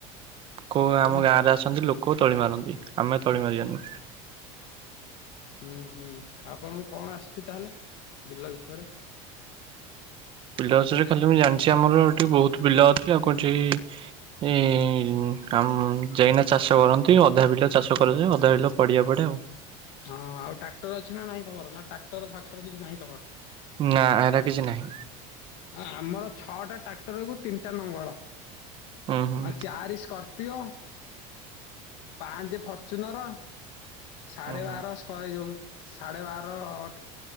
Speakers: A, on the right; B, on the left.
A: କୋଉ
B: ଆଉ
A: ଆମ ଗାଁ ରେ ଆସନ୍ତି ଲୋକ ତଳି ମାରନ୍ତି ଆମେ ତଳି ମାରିନୁ
B: ହୁଁ, ହୁଁ, ଆପଣଙ୍କୁ କଣ ଆସିଛି ତାହେଲେ ବିଲ ବିଷୟରେ?
A: ପିଲାଛରେ <unintelligible> ଖାଲି ମୁଁ ଜାଣିଛି ଆମର ଏଠି ବହୁତ ପିଲା ଅଛି ଆଉ କୁଆଡେ ଜିବେ ଏ ଏ ଆଉ ଯାଇକିନା ଚାଷ କରନ୍ତି, ଅଧା ବିଲ ଚାଷ କରାଯାଏ, ଅଧା ବିଲ ପଡିଆ ପଡେ ଆଉ।
B: ହଁ ଆଉ ଟ୍ରାକ୍ଟର ଅଛି ନା ନାଇଁ ତମର ନା ଟ୍ରାକ୍ଟର ଫାକ୍ଟର କିଛି ନାହିଁ ତମର
A: ନା ଏରା କିଛି ନାହିଁ
B: ହଁ ଆମର ଛଅଟା ଟ୍ରାକ୍ଟରକୁୁ, ତିନିଟା ନଙ୍ଗଳ
A: ହୁଁ ହୁଁ
B: ଆଉ ଚାରି ସ୍କର୍ପିଓ ପାଞ୍ଚ ଫର୍ଚୁନର, ସାଢେ
A: ହୁଁ ହୁଁ
B: ବାର ସ୍କ ଯୋଉ ସାଢେ ବାର-ଅ-ଅ